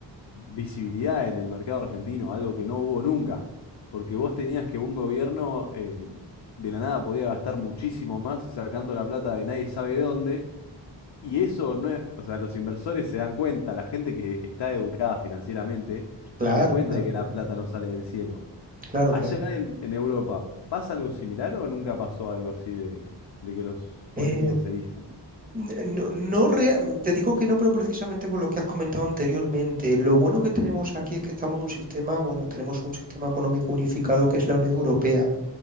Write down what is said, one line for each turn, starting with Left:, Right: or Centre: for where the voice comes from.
Left: visibilidad en el mercado argentino, algo que no hubo nunca, porque vos tenías que un gobierno... eh, De la nada podía gastar muchísimo más sacando la plata de nadie sabe dónde, y eso no es, o sea, los inversores se dan cuenta, la gente que está educada financieramente
Right: Claro,
Left: se da cuenta
Right: claro,
Left: de que la
Right: claro,
Left: plata no sale del cielo.
Right: claro,
Left: Allá
Right: claro.
Left: en, en Europa, ¿pasa algo similar o nunca pasó algo así de, de que los políticos
Right: Eh,
Left: elijan?
Right: n- no, no rea- te digo que no, pero precisamente por lo que has comentado anteriormente. Lo bueno que tenemos aquí es que estamos en un sistema, bueno, tenemos un sistema económico unificado que es la Unión Europea.